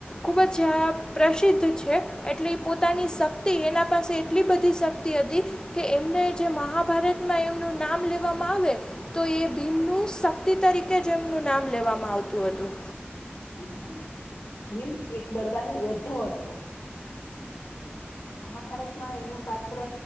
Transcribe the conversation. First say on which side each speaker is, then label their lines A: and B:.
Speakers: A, on the left; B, on the left.
A: ખુબ જ આ પ્રસિદ્ધ છે એટલે પોતાની શક્તિ એના પાસે એટલી બધી શક્તિ તી હતી કે એમને જે મહાભારતમાં એમનું નામ લેવામાં આવે તો એ ભીમનું શક્તિ તરીકે જે એમનું નામ લેવામાં આવતું હતું.
B: હ હા. ભીમ એક બળવાની યોદ્ધો હતો. મહાભારત માં એનું પાત્ર